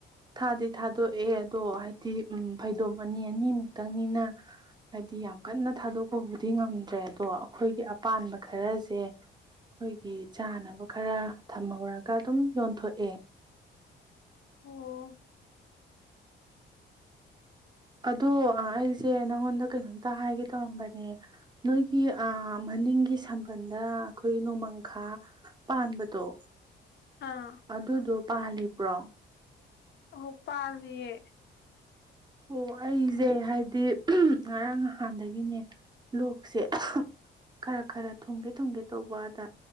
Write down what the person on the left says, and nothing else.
ꯑꯣ
ꯑꯥ
ꯎ ꯄꯥꯕꯤꯦ